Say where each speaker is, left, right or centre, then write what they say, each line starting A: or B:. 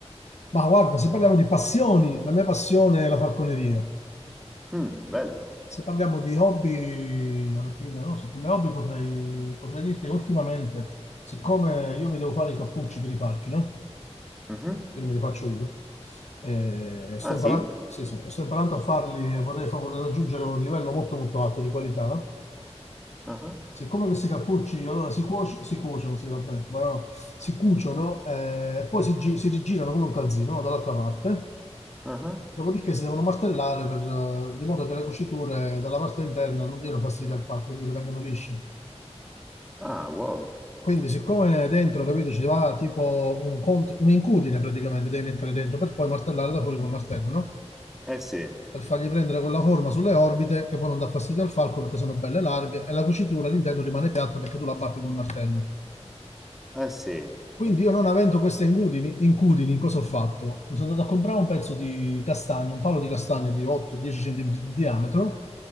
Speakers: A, on the left; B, in the centre.
A: Ma guarda, se parliamo di passioni, la mia passione è la falconeria.
B: Mm, bello.
A: Se parliamo di hobby, alla fine, non lo so, come hobby potrei, potrei dirti che ultimamente, siccome io mi devo fare i cappucci per i falchi, no?
B: Mhm.
A: Quindi me li faccio io. E sto
B: Ah
A: imparando,
B: sì?
A: sì, sì, sto imparando a farli e vorrei, fa- vorrei raggiungere un livello molto molto alto di qualità.
B: Ah,
A: siccome questi cappucci allora si, cuoci- si cuociono, sì, vabbè, ma- no, si cuciono eh, e poi
B: ah,
A: si, gi- si rigirano come un calzino no? dall'altra parte,
B: ah.
A: dopodiché si devono martellare per, eh, di modo che le cuciture dalla parte interna non diano fastidio al fatto, quindi vengono lisce.
B: Ah, wow.
A: Quindi, siccome dentro, capito, ci va tipo un, cont- un incudine praticamente, devi mettere dentro per poi martellare da fuori col martello, no?
B: Eh sì, eh
A: Per fargli prendere quella forma sulle orbite che poi non dà fastidio al falco perché sono belle larghe e la cucitura all'interno rimane piatta perché tu la batti col martello.
B: sì.
A: Quindi
B: Mhm.
A: io non avendo queste incudini, incudini, cosa ho fatto? Mi sono andato a comprare un pezzo di castagno, un palo di castagno di 8-10 cm di diametro,